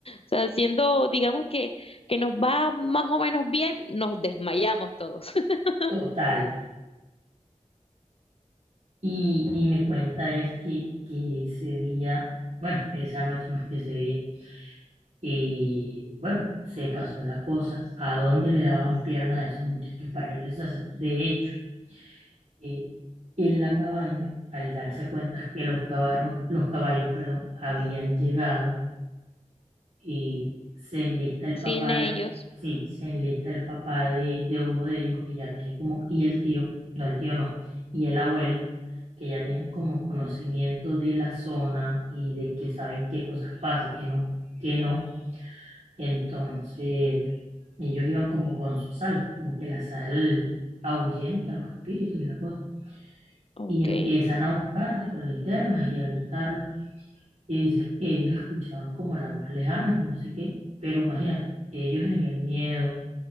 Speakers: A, on the left; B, on the right.
A: sea, siendo, digamos que, que nos va más o menos bien, nos desmayamos todos. <laughs>
B: Total. Y, y me cuenta él que, que ese día, bueno, esa noche más que ese día, eh, bueno, se pasó la cosa, a dónde le daban piernas a esos muchachos para regresarse. De hecho, eh, en la cabaña, al darse cuenta que los caballos, los caballos, perdón, habían llegado, y se enlista el
A: Sin
B: papá
A: ellos,
B: de, sí, se enlista el papá de, de uno de ellos que ya tiene como, y el tío, no el tío no, y el abuelo, que ya tienen como conocimiento de la zona y de que saben qué cosas pasan, y qué no, qué no. Entonces, ellos iban como con su sal, como que la sal ahuyenta los espíritus y la cosa.
A: ok.
B: Y empiezan a buscarlos con linternas y a gritarlos y dices que ellos escuchaban como la voz lejana, que no sé qué, pero imagínate, ellos en el miedo,